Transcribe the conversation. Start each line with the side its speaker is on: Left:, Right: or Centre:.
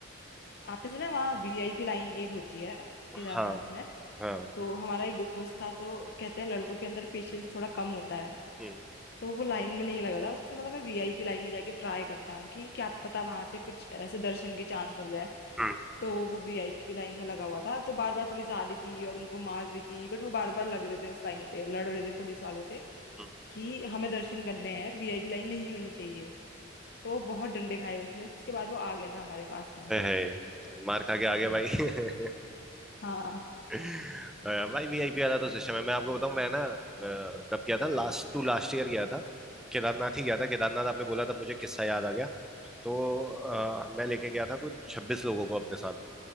Left: आपने सुना है वहाँ वीआईपी लाइन एक होती है केदारनाथ
Centre: हाँ
Left: में
Centre: हाँ
Left: तो हमारा एक दोस्त था तो कहते हैं लड़कों के अंदर पेशेंस थोड़ा कम होता है
Centre: हम्म
Left: तो वो लाइन में नहीं लगा था उसने बोला मैं वीआईपी लाइन में जाके ट्राई करता हूँ कि क्या पता वहां से कुछ ऐसे दर्शन के चांस मिल जाए
Centre: हम्म
Left: तो वो वीआईपी लाइन में लगा हुआ था तो बार बार पुलिस आ रही थी और उनको मार रही थी बट वो बार बार लग रहे थे उस लाइन पे लड़ रहे थे पुलिस वालों से
Centre: हम्म।
Left: कि हमें दर्शन करने हैं वीआईपी लाइन नहीं होनी चाहिए तो बहुत डंडे खाए उसने उसके बाद वो आ गया था हमारे पास में
Centre: ए, हे, मार खा के आगे
Left: हम्म।
Centre: भाई <laughs>
Left: हाँ
Centre: अ, भाई वीआईपी वाला तो सिस्टम है मैं आपको बताऊं मैं ना अ, कब गया था लास्ट टू लास्ट ईयर गया था केदारनाथ ही गया था केदारनाथ आपने बोला तब मुझे किस्सा याद आ गया तो अ, मैं लेके गया था कुछ छब्बीस लोगों को अपने साथ